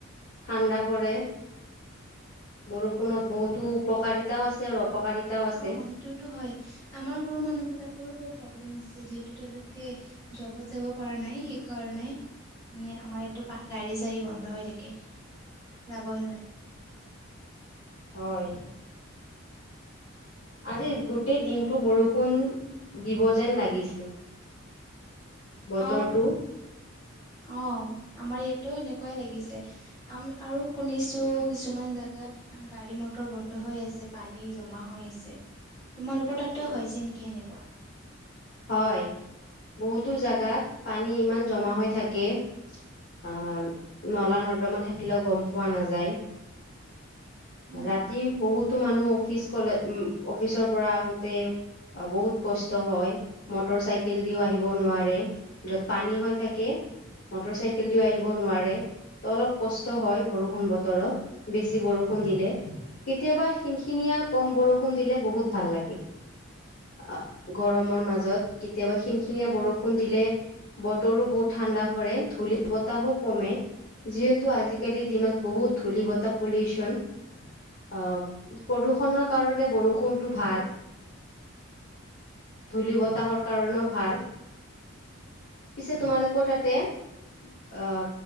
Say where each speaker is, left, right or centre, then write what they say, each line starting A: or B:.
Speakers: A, on the left; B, on the left.
A: ঠাণ্ডা পৰে বৰষুণত বহুতো উপকাৰিতাও আছে আৰু অপকাৰিতাও আছে
B: অ সেইটোতো হয় আমাৰ ঘৰৰ মানুহ বিলাকৰো বহুত প্ৰব্লেম হৈছে যিহেতু তেওঁলোকে জবত যাব পৰা নাই সেইকাৰণে মানে আমাৰ ইয়াতো গাড়ী চাৰী বন্ধ হৈ থাকে যাবই নোৱাৰি
A: হয় আজি গোটেই দিনটো বৰষুণ দিব যেন লাগিছে বতৰটো
B: অ অ আমাৰ ইয়াতেও এনেকুৱাই লাগিছে আম আৰু শুনিছোঁ কিছুমান জেগাত গাড়ী মটৰ বন্ধ হৈ আছে পানী জমা হৈ আছে তোমালোকৰ তাতো হৈছে নেকি এনেকুৱা
A: হয় বহুতো জাগাত পানী ইমান জমা হৈ থাকে আহ নলা নৰ্দমা থাকিলেও গম পোৱা নেযায়
B: উম
A: ৰাতি বহুত তোৰ, মানুহ অফিচ কলে, উম, অফিচৰ পৰা আহোতে, বহুত কষ্ট হয় মটৰ চাইকেল দিও আহিব নোৱাৰে, যত পানী হৈ থাকে, মটৰ চাইকেল দিও আহিব নোৱাৰে, ত অলপ কষ্ট হয় বৰষুণ বতৰত, বেছি বৰষুণ দিলে, কেতিয়াবা সিনখিনিয় কম বৰষুণ দিলে বহুত ভাল লাগে। অ গৰমৰ মাজত ত কেতিয়াবা খিনিখিনিয়ে বৰষুণ দিলে, বতৰো বহুত ঠাণ্ডা পৰে, ধূলি বতাহো কমে, যিহেতু আজিকালিৰ দিনত বহুত ধূলি বতাহ পলিউচন, আহ প্ৰদূষণৰ কাৰণে বৰষুণটো ভাল, ধূলি বতাহ সপ্তাহৰ কাৰণেও ভাল। পিছে তোমালোকেও, তাতে আহ